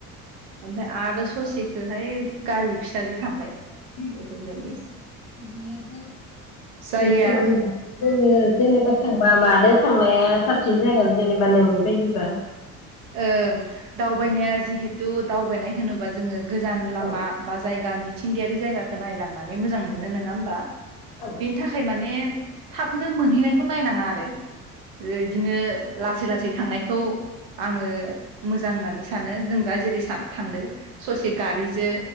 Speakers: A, on the right; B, on the left.
A: ओमफाय आरो स ससे खोहाय गारि फिसाजो थांबाय।
B: <unintelligible>
A: बेफोरबायदि जायगाया
B: जोंङो जेनेबा थांबा मादो थांनाया साबसिन जागोन जेनेबा नोंनि बायदिबा?
A: ओ दावबायनाया जिहेथु दावबायनाय होनोबा जोंङो गोजान लामा
B: औ
A: बा जायगा मिथिंगायारि जायगाखो नायलांनानै मोजां मोनो नो ङामबा।
B: औ
A: बेनि थाखाय माने थाबनो मोनहैनायखौ नायनांङा आरो। ओ इदिनो लासै लासै थांनायखौ आंङो मोजां होननानै सानो जों दा जेरै सा थांदो। ससे गारिजो